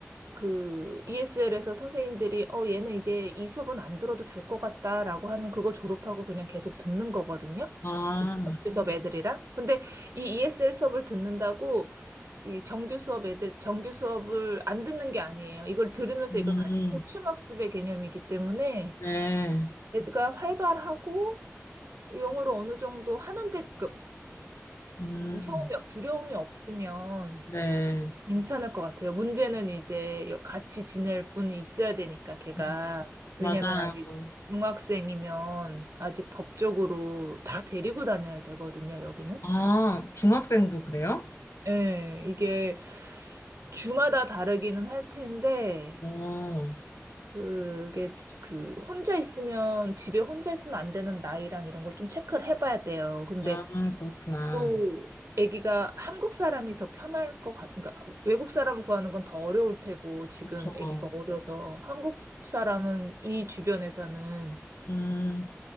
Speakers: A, on the right; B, on the left.
A: 그 ESL에서 선생님들이 어 얘는 이제 이 수업은 안 들어도 될 것 같다라고 하면 그거 졸업하고 그냥 계속 듣는 거거든요.
B: 아,
A: 그 정규 수업 음. 애들이랑. 근데 이 ESL 수업을 듣는다고 이 정규 수업 애들 정규 수업을 안 듣는 게 아니에요. 이걸 들으면서
B: 음,
A: 이걸 같이 보충 학습의 개념이기 때문에
B: 네.
A: 애가 활발하고 영어를 어느 정도 하는데 그
B: 음,
A: 무서움이 없- 두려움이 없으면
B: 네.
A: 괜찮을 것 같아요. 문제는 이제 여- 같이 지낼 분이 있어야 되니까, 걔가.
B: 음,
A: 왜냐면
B: 맞아요.
A: 아직 중학생이면 아직 법적으로 다 데리고 다녀야 되거든요, 여기는.
B: 아, 중학생도 그래요?
A: 예, 이게 주마다 다르기는 할 텐데,
B: 어,
A: 그게 주- 그 혼자 있으면 집에 혼자 있으면 안 되는 나이랑 이런 걸 좀 체크를 해봐야 돼요. 근데
B: 아, 그렇구나.
A: 또 아기가 한국 사람이 더 편할 것 같, 그러니까 외국 사람 구하는 건 더 어려울 테고 지금
B: 저,
A: 아기가 어려서 한국 사람은 이 주변에서는
B: 음,